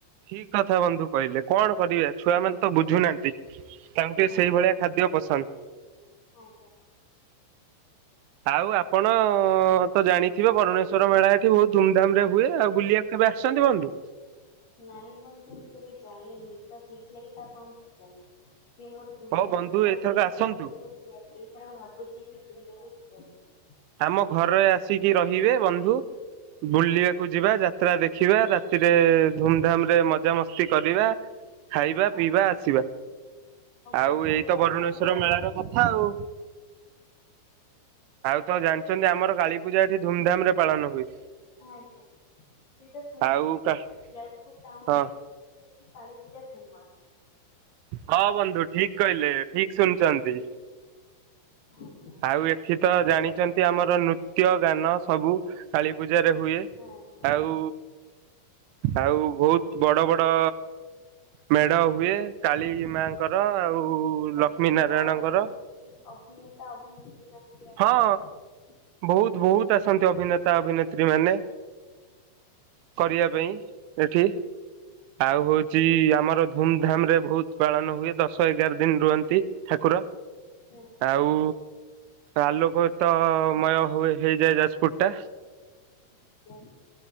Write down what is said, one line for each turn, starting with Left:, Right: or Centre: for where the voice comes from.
Right: ଠିକ ଥା ବନ୍ଧୁ କହିଲେ କଣ କରିବା ଛୁଆମାନେେ ତ ବୁ ଝୁନାହାନ୍ତି ତାଙ୍କୁ ଟିକେ
Left: ହଁ
Right: ସେଇ ଭଳିଆ ଖାଦ୍ୟ ପସନ୍ଦ
Left: ଆଜ୍ଞା।
Right: ଆଉ ଆପଣ ତ ଜାଣିଥିବେ ବାରୁନେଶ୍ୱର ମେଳା ଏଠି ବହୁତ ଧୁମ୍ ଧାମ୍ ରେ ହୁଏ ଆଉ ବୁଲିବା କେବେ ଆସିଚନ୍ତି ବନ୍ଧୁ?
Left: ନାଇଁ ବନ୍ଧୁ ମୁଁ କେବେ ଯାଇନି ତ ସେଇଥିଲାଗି ପାପାଙ୍କୁ ପଚାରିଲି କି ମୋର
Right: ହଉ
Left: ମାନେ
Right: ବନ୍ଧୁ
Left: ମୋର
Right: ଏଥରକ
Left: ବି ଇଚ୍ଛା
Right: ଆସନ୍ତୁ
Left: ହଉଛି ବହୁତ ଏଇଥର ଭାବୁଛି କି ବୁଲିବାକୁ ଯିବୁ <inaudible>
Right: ଆମ ଘରେ ଆସିକି ରହିବେ ବନ୍ଧୁ ବୁଲିବାକୁ
Left: ଆଜ୍ଞା
Right: ଯିବା, ଯାତ୍ରା ଦେଖିବା, ରାତିରେ ଧୂମ୍ ଧାମ୍ ରେ ମଜା ମସ୍ତି କରିବା, ଖାଇବା ପିଇବା
Left: ଆଜ୍ଞା
Right: ଆସିବା। ଆଉ
Left: ବନ୍ଧୁ
Right: ଏଇତ
Left: ଆପଣଙ୍କ
Right: ବରୁଣେଶ୍ଵର
Left: କାଳୀ
Right: ମେଳାର
Left: ପୂଜା
Right: କଥା ଆଉ। ତ ଜାଣିଛନ୍ତି ଆମର କାଳୀ ପୂଜା ଏଠି ଧୁମଧାମ ରେ ପାଳନ ହୁଏ।
Left: ଆଜ୍ଞା। ସେଇଟା ଶୁଣିଛି
Right: ଆଉ କା
Left: କି
Right: ହଁ
Left: ଯାଜପୁର ଟାଉନରେ ହଉଛି କାଳୀ ପୂଜା ଫେମସ
Right: ହଁ ବନ୍ଧୁ ଠିକ କହିଲେ ଠିକ ଶୁନି ଚନ୍ତି
Left: ଆଜ୍ଞା।
Right: ଆଉ ଏଠି ତ ଜାଣିଚନ୍ତି ଆମର ନୃତ୍ୟ ଗାନ ସବୁ କାଳି ପୂଜ ଜାରେ ହୁଏ
Left: ଆଜ୍ଞା
Right: ଆଉ
Left: ଆଜ୍ଞା
Right: ଆଉ ବହୁତ ବଡ ବଡ଼ ମେଢ ହୁଏ। କାଳୀ ମାଙ୍କର ଆଉ ଲକ୍ଷ୍ମୀ
Left: ଅଭିନେତା
Right: ନାରାୟଣଙ୍କର
Left: ଅଭିନେତ୍ରୀ ଅଭିନେତା ଅଭିନେତ୍ରୀ ମାନେ ବି ଆସନ୍ତି।
Right: ହଁ ବହୁତ ବହୁତ ଆସନ୍ତି ଅଭିନେତା ଅଭିନେତ୍ରୀ ମାନେ। କରିବା ପାଇଁ ଏଠି। ଆଉ ହଉଚି ଆମର ଧୁମ୍ ଧାମ୍ ରେ ବହୁତ ପାଳନ ହୁଏ, ଦଶ ଏଗାର ଦିନ ରୁହନ୍ତ ନ୍ତି ଠାକୁର
Left: ଆଜ୍ଞା
Right: ଆଉ ଆଲୋକ ତ ସମୟ ହୁଏ ହେଇଯାଏ ଯାଜପୁର ଟା
Left: ଆଜ୍ଞା